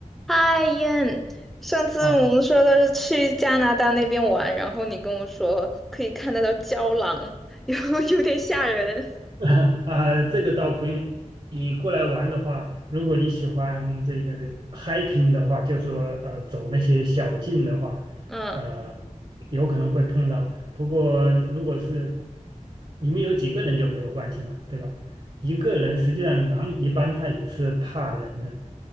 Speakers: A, in the centre; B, on the right.
A: 嗨燕，上次我们说的是去加拿大那边玩，
B: 啊
A: 然后你跟我说可以看得到郊狼，<laughs> 有有点吓人。
B: <laughs> 啊，这个倒不用。你过来玩的话，如果你喜欢这个 hiking 的话，就说呃走那些小径的话，
A: 嗯，
B: 呃，有可能会碰到。不过如果是你们有几个人就没有关系嘛，对吧？一个人实际上狼一般他也是怕人的，